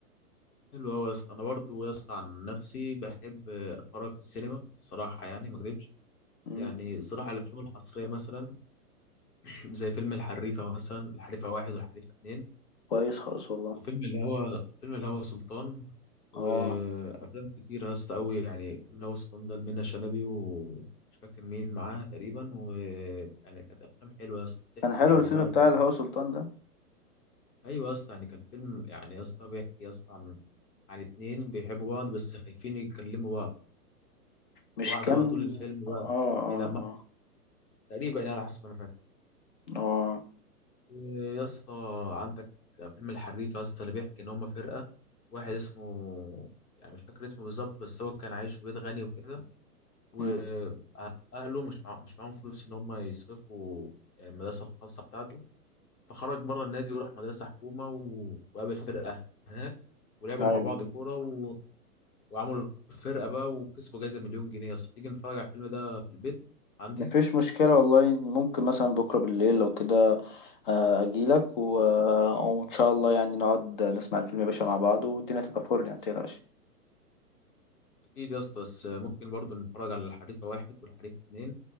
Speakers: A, on the left; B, on the left.
A: حلو قوي يا اسطى انا برضه يا اسطى عن نفسي بحب اتفرج في السينما الصراحه يعني ما اكذبش
B: مم.
A: يعني الصراحه الافلام الحصريه مثلا <laughs> <clears throat> زي فيلم الحريفه مثلا الحريفه واحد والحريفه اتنين
B: كويس خالص والله
A: وفيلم الهوى فيلم الهوى سلطان وافلام
B: اه
A: كتير يا اسطى قوي يعني فيلم الهوى سلطان ده منة شلبي ومش فاكر مين معاها تقريبا ويعني كانت افلام حلوه يا اسطى بتحكي
B: كان حلو
A: عن
B: الفيلم
A: بقى الحب
B: بتاع الهوى سلطان ده
A: ايوه يا اسطى يعني كان فيلم يعني يا اسطى بيحكي يا اسطى عن عن اتنين بيحبوا بعض بس خايفين يتكلموا بعض
B: مش
A: بعض
B: كان
A: بقى طول الفيلم
B: اه
A: بقى
B: اه
A: بيلمح
B: اه
A: تقريبا يعني على حسب ما انا فاهم
B: اه
A: يا اسطى عندك فيلم الحريف يا اسطى اللي بيحكي ان هم فرقه واحد اسمه يعني مش فاكر اسمه بالظبط بس هو كان عايش في بيت غني وكده واهله
B: مم.
A: مش مع... مش معاهم فلوس ان هم يصرفوا يعني المدرسه الخاصه بتاعته فخرج بره النادي وراح مدرسه حكومه و... وقابل فرقه هناك ولعبوا
B: طيب
A: مع بعض كوره و... وعملوا فرقه بقى وكسبوا جايزه مليون جنيه يا اسطى تيجي نتفرج على الفيلم ده في البيت عندي
B: مفيش مشكلة والله ممكن مثلا بكرة بالليل لو كده آه، اجيلك و... وان شاء الله يعني نقعد نسمع الفيلم يا باشا مع بعض والدنيا تبقى فل يعني متقلقش
A: اكيد يا اسطى بس ممكن برضه نتفرج على الحريفه واحد والحريفه اتنين